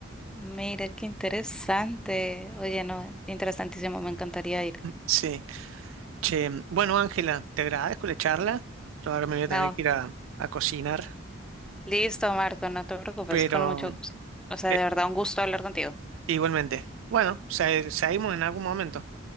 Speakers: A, in the centre; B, on the right (about 75°).
A: mira, qué interesante. Oye, no, interesantísimo, me encantaría ir.
B: Sí. Che, bueno, Ángela, te agradezco la charla. Yo ahora me voy a
A: No,
B: tener que ir a, a cocinar,
A: listo, Marco, no te preocupes,
B: pero
A: con mucho, gus- o sea,
B: eh,
A: de verdad, un gusto hablar contigo.
B: igualmente. Bueno, se- seguimos en algún momento.